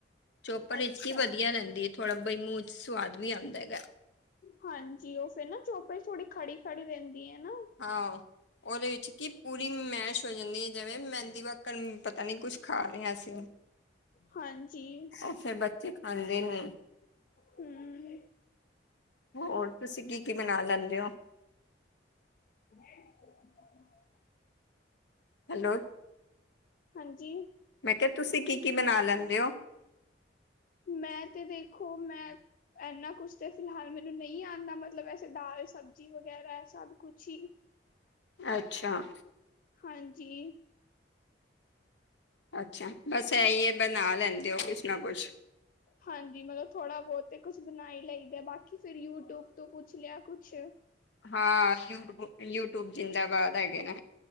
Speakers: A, on the left (about 70°); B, on the left (about 45°).
A: ਚੋਪਰ ਵਿਚ
B: ਅੱਛਾ
A: ਹੀ ਵਧੀਆ ਰਹਿੰਦੀ ਹੈ, ਥੋੜਾ ਮੂੰਹ ਚ ਸਵਾਦ ਵੀ ਆਉਂਦਾ ਹੈਗਾ।
B: ਹਾਂਜੀ, ਉਹ ਫੇਰ ਨਾ ਚੋਪੇਰ ਥੋੜੀ ਖੜੀ ਖੜੀ ਰਹਿੰਦੀ ਹੈ ਨਾ
A: ਹਾਂ ਉਹਦੇ ਵਿੱਚ ਕੀ ਪੂਰੀ ਮੈਸ਼ ਹੋ ਜਾਂਦੀ ਹੈ, ਜਿਵੇਂ ਮਹਿੰਦੀ ਵਾਕਰਨ ਨੂੰ ਪਤਾ ਨੀ ਕੁਝ ਖਾ ਰਹੇ ਹਾਂ ਅਸੀਂ
B: ਹਾਂਜੀ।
A: ਉਹ ਫਿਰ ਬੱਚੇ ਖਾਂਦੇ ਨੀ
B: ਹਮ
A: ਹੋਰ ਤੁਸੀਂ ਕੀ ਕੀ ਬਣਾ ਲੈਂਦੇ ਹੋ?
B: <unintelligible>
A: ਹੈਲੋ।
B: ਹਾਂਜੀ।
A: ਮੈਂ ਕਿਹਾ ਤੁਸੀਂ ਕੀ- ਕੀ ਬਣਾ ਲੈਂਦੇ ਹੋ?
B: ਮੈਂ ਤੇ ਦੇਖੋ ਮੈਂ ਇੰਨਾ ਕੁਛ ਤੇ ਫਿਲਹਾਲ ਮੈਨੂੰ ਨਹੀਂ ਆਉਂਦਾ ਮਤਲਬ ਐਸੇ ਦਾਲ, ਸਬਜ਼ੀ ਵਗੈਰਾ ਸਭ ਕੁਛ ਹੀ
A: ਅੱਛਾ।
B: ਹਾਂਜੀ।
A: ਅੱਛਾ, ਬਸ ਇਹ ਹੈ ਬਣਾ ਲੈਂਦੇ ਹੋ ਕੁਛ ਨਾ ਕੁਛ।
B: ਹਾਂਜੀ, ਮਤਲਬ ਥੋੜਾ- ਬਹੁਤ ਕੁਛ ਬਣਾਈ ਹੀ ਲਈਦੇ ਬਾਕੀ ਫਿਰ ਯੂਟਿਊਬ ਤੋਂ ਪੁੱਛ ਲਿਆ ਕੁਛ
A: ਹਾਂ। ਯ ਯੂਟਊਬ ਜਿੰਦਾਬਾਦ ਹੈਗੇ ਨੇ।